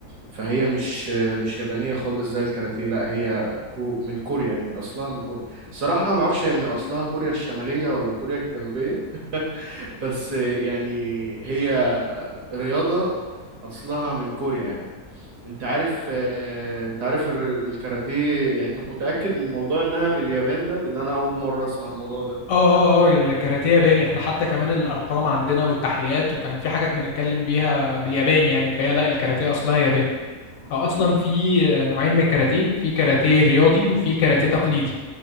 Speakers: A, on the right; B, on the left.
A: فهي مش آه، مش يابانيه خالص زي الكاراتيه لا هي كو من كوريا يعني اصلها من كوريا صراحه ما اعرفش هي من اصلها كوريا الشماليه ولا كوريا الجنوبيه بس آه، يعني هي رياضه اصلها من كوريا يعني انت عارف آه، انت عارف الر- الكاراتيه يعني انت متأكد من موضوع انها من اليابان ده لان انا اول مرة اسمع الموضوع ده
B: اه اه اه الكاراتيه ياباني احنا حتى كمان الارقام عندنا والتحيات وكان في حاجات بنتكلم بيها بالياباني يعني فهي لا الكاراتيه اصلها ياباني او اصلا في نوعين من الكاراتيه في كاراتيه رياضي وفي كاراتيه تقليدي